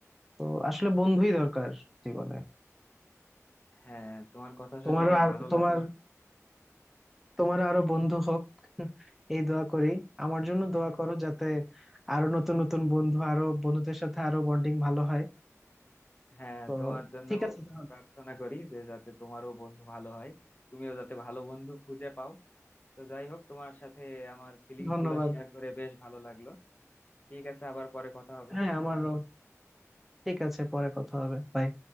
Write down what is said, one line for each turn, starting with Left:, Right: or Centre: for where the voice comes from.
Centre: তো আসলে বন্ধুই দরকার জীবনে
Left: হ্যাঁ তোমার কথা শুনে
Centre: তোমার
Left: অনেক
Centre: আর
Left: ভালো
Centre: তোমার
Left: লাগলো
Centre: তোমার আরো বন্ধু হোক এই দোয়া করি আমার জন্য দোয়া করো যাতে আরো নতুন নতুন বন্ধু আরো বন্ধুদের সাথে আরো বন্ডিং ভালো হয়
Left: হ্যাঁ
Centre: তো
Left: তোমার জন্য
Centre: ঠিক আছে তাহলে
Left: প্রার্থনা করি যে যাতে তোমারও বন্ধু ভালো হয় তুমিও যাতে ভালো বন্ধু খুঁজে পাও তো যাই হোক তোমার সাথে আমার ফিলিংস
Centre: ধন্যবাদ
Left: গুলা শেয়ার করে বেশ ভালো লাগলো ঠিক আছে আবার পরে কথা হবে
Centre: হ্যাঁ আমারও ঠিক আছে পরে কথা হবে Bye.